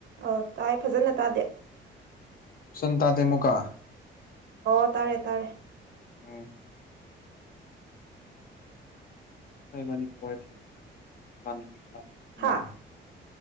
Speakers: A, on the right; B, on the left.
A: ꯑ‌ꯣ ꯇꯥꯏ ꯐꯖꯅ ꯇꯥꯗꯦ
B: ꯏꯆꯟ ꯇꯥꯗ‌ꯦ ꯑꯃꯨꯛꯀꯥ
A: ꯑꯣ ꯇꯥꯔꯦ ꯇꯥꯔꯦ
B: ꯎꯝ ꯍ‌ꯣꯏ ꯏꯕꯅꯤꯗꯤ <unintelligible>
A: ꯍꯥ
B: ꯃꯇꯝ <inaudible>